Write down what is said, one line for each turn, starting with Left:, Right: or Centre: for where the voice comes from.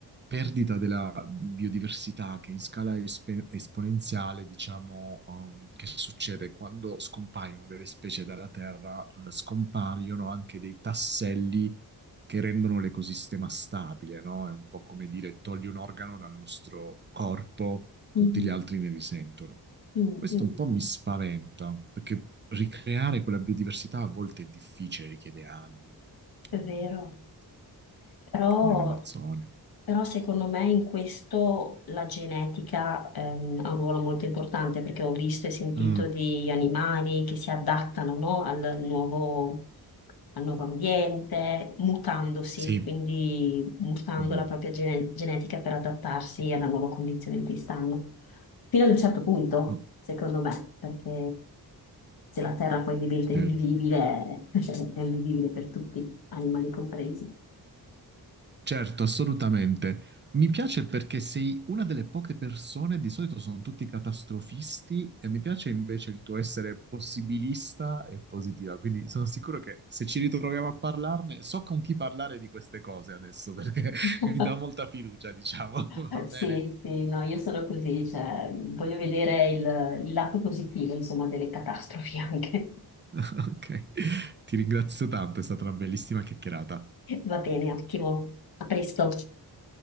Right: perdita della biodiversità che in scala espe- esponenziale, diciamo, ehm, che succede quando scompaiono delle specie dalla Terra, eh, scompaiono anche dei tasselli che rendono l'ecosistema stabile, no? È un po' come dire togli un organo dal nostro corpo,
Left: Mm,
Right: tutti gli altri ne risentono.
Left: mm,
Right: Questo
Left: mm,
Right: un po' mi spaventa, perché ricreare quella biodiversità a volte è difficile, richiede anni,
Left: È
Right: Mm,
Left: vero, però
Right: come in Amazzonia.
Left: Però secondo me in questo la genetica ehm, ha un ruolo molto importante perché ho visto e sentito
Right: Mm,
Left: di animali che si adattano, no, al nuovo, al nuovo ambiente, mutandosi,
Right: sì,
Left: quindi mutando
Right: Mhm.
Left: la propria gene- genetica per adattarsi alla nuova condizione in cui stanno. Fino ad un certo punto,
Right: Oh,
Left: secondo me, perché se la Terra poi diventa invivibile,
Right: certo.
Left: <laughs> è invivibile per tutti, animali compresi.
Right: Certo, assolutamente. Mi piace perché sei una delle poche persone, di solito sono tutti catastrofisti, e mi piace invece il tuo essere possibilista e positiva. Quindi sono sicuro che se ci ritroviamo a parlarne, so con chi parlare di queste cose adesso, perché <laughs>
Left: <laughs>
Right: mi dà molta fiducia, diciamo. <laughs>
Left: Eh,
Right: Va bene?
Left: Sì, sì, no, io sono così, cioè, voglio vedere il, il lato positivo, insomma, delle catastrofi anche.
Right: <laughs> Ok. Ti ringrazio tanto, è stata una bellissima chiacchierata.
Left: <laughs>
Right: A
Left: Va bene, ottimo. A presto.